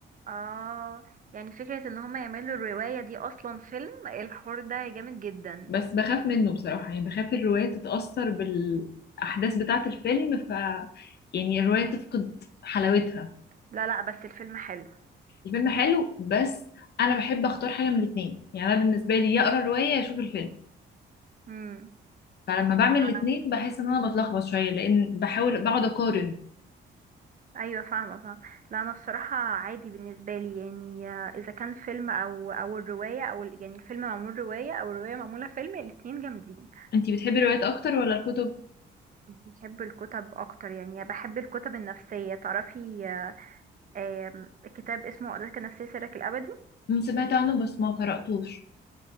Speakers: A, on the right; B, on the left.
A: اه يعني فكرة ان هما يعملوا الرواية دي اصلا فيلم الحوار ده جامد جدا
B: <laughs> بس بخاف منه بصراحه يعني بخاف الروايه تتاثر بالاحداث بتاعه الفيلم ف يعني الروايه تفقد حلاوتها
A: لا لا بس الفيلم حلو
B: الفيلم حلو بس انا بحب اختار حاجه من الاثنين يعني انا بالنسبه لي يا اقرا روايه يا اشوف الفيلم
A: امم
B: فلما بعمل
A: انا
B: الاتنين بحس ان انا بتلخبط شويه لان بحاول بقعد اقارن
A: ايوه فاهمة فاهمة لا انا الصراحة عادي بالنسبة لي يعني اذا كان فيلم او او الرواية او ال- يعني الفيلم معمول رواية او الرواية معمولة فيلم الاتنين جامدين
B: انتي بتحبي الروايات اكتر ولا الكتب
A: بحب الكتب اكتر يعني بحب الكتب النفسيه تعرفي آم، كتاب اسمه أدرك النفسيه سرك الابدي
B: مم، سمعت عنه بس ما قراتوش